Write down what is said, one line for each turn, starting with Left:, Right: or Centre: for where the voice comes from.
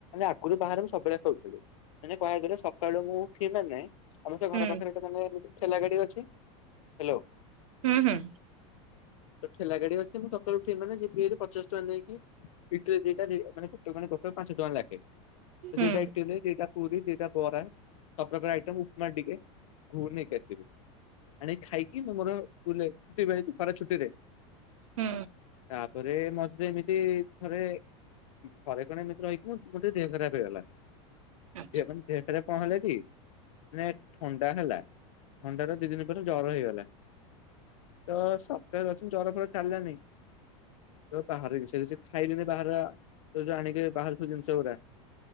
Left: ଆଗରୁ ବାହାରେ ମୁ ସବୁବେଳେ ଖାଉଥିଲି। ମାନେ କୁହିବାକୁ ଗଲେ ସକାଳୁ ମୁଁ ଉଠିବି ମାନେ ଆମର ସେ
Right: ହୁଁ।
Left: ଘର ପାଖରେ ମାନେ ଠେଲା ଗାଡି ଅଛି ହାଲୋ।
Right: ହୁଁ ହୁଁ।
Left: ତ ଠେଲା ଗାଡି ଅଛି ମୁଁ ସକାଳୁ ଉଠେଇ ମାନେ ଯି ପଚାଶ ଚଲେଇକି ଇଟିଲି ଦିଟା ଦ କଣ ଗୋ ଗୋଟେ ପାଞ୍ଚ ଟଙ୍କା ଲାଖେ। ଯେ
Right: ହୁଁ
Left: ଦିଟା ଇଟିଲି ଦେ ଦିଟା ପୁରୀ ଦିଟା ବରା ସବପ୍ରକାର ଆଇଟମ ଉପମା ଟିକେ ଘୁଗୁନି ନେଇକି ଆସେ। ଆଣି ଖାଇକିଁ ମୋର ବୁଲେ ଛୁଟି ବା ଖରା ଛୁଟି ରେ।
Right: ହୁଁ।
Left: ତାପରେ ମ ଯେ ଏମିତି ଥରେ ଥରେ କଣ ଏମିତି ରହିକି ମୋ ଗୋଟେ ଦେହ ଖରାପ ହେଇଗଲା।
Right: ହୁଁ।
Left: ମାନେ ଦେହରେ ପହଲେ କି ମାନେ ଥଣ୍ଡା ହେଲା। ଥଣ୍ଡାରୁ ଦି ଦିନ ପର୍ଯ୍ୟନ୍ତ ଜର ହେଇଗଲା ତ ସପ୍ତାହରେ ଅଛନ୍ତି ଜର ଫର ଛାଡିଲାନାଇଁ। ତ ବାହାର ସେ କିଛି ଖାଇଲିନି ବାହ ତ ଯୋଉ ଆଣିକି ବାହାର ସବୁ ଜିନିଷ ଗୁଡା।